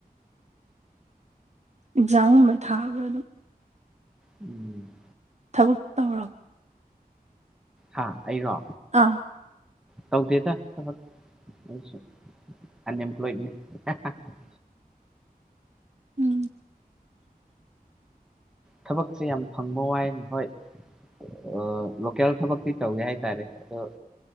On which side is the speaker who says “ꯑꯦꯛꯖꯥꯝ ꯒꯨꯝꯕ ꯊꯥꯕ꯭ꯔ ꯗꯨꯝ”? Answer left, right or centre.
Right